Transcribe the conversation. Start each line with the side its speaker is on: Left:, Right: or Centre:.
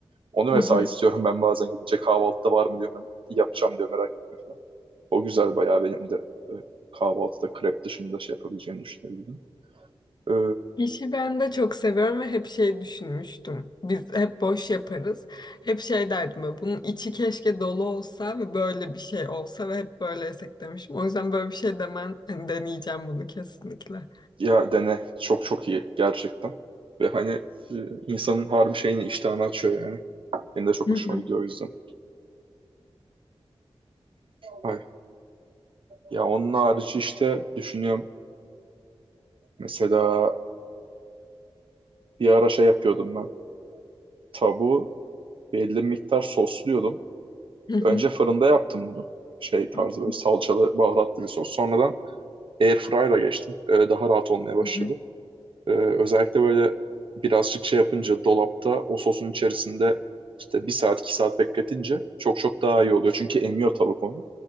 Right: Onu mesela
Left: hı.
Right: istiyorum ben bazen gidince kahvaltıda var mı diyorum hani yapacağım diyor merak etme falan. O güzel bayağı benim de e, kahvaltıda krep dışında şey yapabileceğimi düşünebildim. E,
Left: İşi ben de çok seviyorum ve hep şey düşünmüştüm. Biz hep boş yaparız. Hep şey derdim böyle, bunun içi keşke dolu olsa ve böyle bir şey olsa ve hep böyle yesek demişim. O yüzden böyle bir şey demen, hani deneyeceğim bunu kesinlikle.
Right: ya dene çok çok iyi gerçekten. Ve hani e, insanın harbi şeyini iştahını açıyor yani. Benim de çok
Left: Hı
Right: hoşuma
Left: hı,
Right: gidiyor o yüzden. Ay. Ya onun harici işte düşünüyorum. Mesela bir ara şey yapıyordum ben. Tavuğu belli bir miktar sosluyordum.
Left: hı
Right: Önce
Left: hı,
Right: fırında yaptım bunu. Şey tarzı
Left: hı
Right: böyle salçalı, baharatlı bir sos. Sonradan airfryer'a geçtim. Ee, daha rahat olmaya başladı.
Left: hı,
Right: Ee, özellikle böyle birazcık şey yapınca dolapta o sosun içerisinde işte bir saat iki saat bekletince çok çok daha iyi oluyor. Çünkü emiyor tavuk onu.